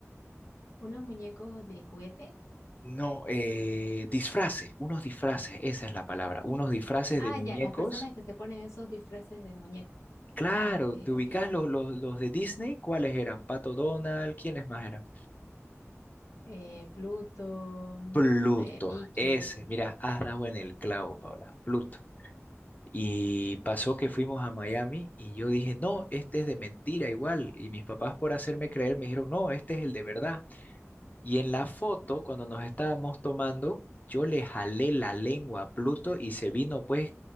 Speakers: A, on the left; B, on the left.
A: unos muñecos de juguete
B: No, eh, disfraces, unos disfraces, esa es la palabra, unos disfraces
A: Ah,
B: de muñecos.
A: ya, las personas que se ponen esos disfraces de muñecos.
B: Claro,
A: Ah, ok,
B: ¿te ubicas
A: ok.
B: los, los, los de Disney? ¿Cuáles eran? Pato Donald, ¿quiénes más eran?
A: Eh, Pluto,
B: Pluto,
A: eh, Mickey.
B: ese, mira, has dado en el clavo, Paula, Pluto. Y pasó que fuimos a Miami y yo dije, no, este es de mentira igual. Y mis papás por hacerme creer me dijeron, no, este es el de verdad. Y en la foto, cuando nos estábamos tomando, yo le jalé la lengua a Pluto y se vino, pues,